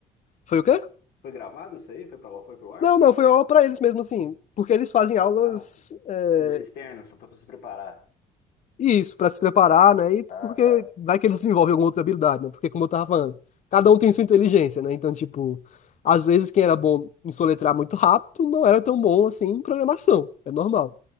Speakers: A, on the left (about 45°); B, on the left (about 70°).
A: Foi o quê?
B: Foi gravado isso aí? Foi para foi pro ar?
A: Não, não, foi aula para eles mesmo assim, porque eles fazem aulas
B: Ah, s-
A: é,
B: eh, externo, só para se preparar.
A: Isso, para se preparar, né? E
B: Ah,
A: porque
B: tá.
A: vai que eles desenvolvem alguma outra habilidade, né? Porque, como eu tava falando, cada um tem sua inteligência, né? Então, tipo, às vezes quem era bom em soletrar muito rápido não era tão bom assim em programação, é normal.